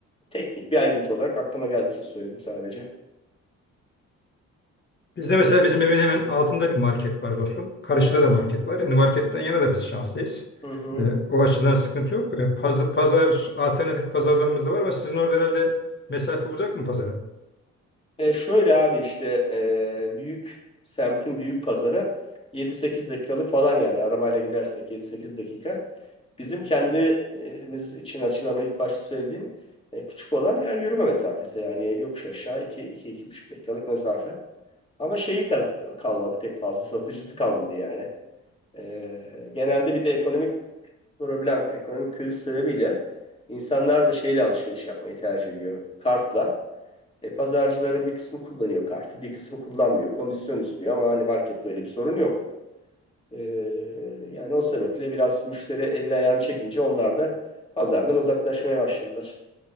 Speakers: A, on the left (about 20°); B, on the left (about 35°).
A: teknik bir ayrıntı olarak aklıma geldiği için söyledim sadece.
B: Bizde mesela bizim evin hemen altında bir market var dostum. Karşıda
A: Evet.
B: da market var. Yani marketten yana da biz şanslıyız.
A: Hı hı.
B: Ee, o açıdan sıkıntı yok. Ee, paz- pazar, alternatif pazarlarımız da var ama sizin orada herhalde mesafe uzak mı pazara?
A: E, şöyle abi işte e, büyük semtin büyük pazarı yedi sekiz dakikalık falan yani arabayla gidersek yedi sekiz dakika. Bizim kendimiz için açılan o ilk başta söylediğim e, küçük olan yani yürüme mesafesi yani yokuş aşağı iki iki iki buçuk dakikalık mesafe. Ama şeyi kaz- kalmadı pek fazla satıcısı kalmadı yani. E, genelde bir de ekonomik problem, ekonomik kriz sebebiyle insanlar da şeyle alışveriş yapmayı tercih ediyor. Kartla. E, pazarcıların bir kısmı kullanıyor kartı, bir kısmı kullanmıyor. Komisyon istiyor ama hani markette öyle bir sorun yok. E, yani o sebeple biraz müşteri elini ayağını çekince onlar da pazardan uzaklaşmaya başladılar.